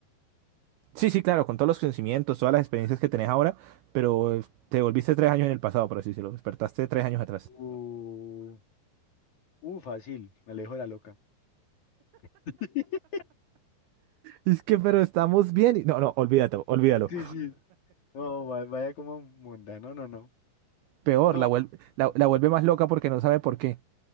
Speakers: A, on the right; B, on the left.
A: Sí, sí, claro, con todos los conocimientos, todas las experiencias que tenés ahora, pero eh, te volviste tres años en el pasado, por así decirlo. Despertaste tres años atrás.
B: Uh, uh, fácil, me alejo de la loca. <laughs>
A: Es que, pero estamos bien. y- No, no, olvídate, olvídalo.
B: Sí, sí. No, va- vaya como mundano, no, no.
A: Peor,
B: No,
A: la vuelve, la, la vuelve más loca porque no sabe por qué.